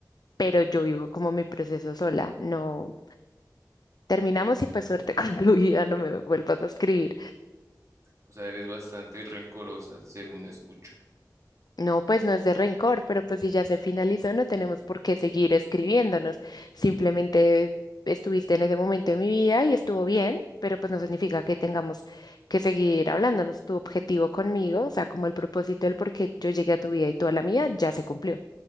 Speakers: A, on the left (about 65°); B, on the right (about 40°).
A: pero yo vivo como mi proceso sola. No terminamos y pues suerte <laughs> con tu vida, no me vuelvas a escribir.
B: O sea, eres bastante rencorosa, según escucho.
A: No, pues no es de rencor, pero pues si ya se finalizó, no tenemos por qué seguir escribiéndonos. Simplemente estuviste en ese momento de mi vida y estuvo bien, pero pues no significa que tengamos que seguir hablándonos. Tu objetivo conmigo, o sea, como el propósito del por qué yo llegué a tu vida y tú a la mía, ya se cumplió.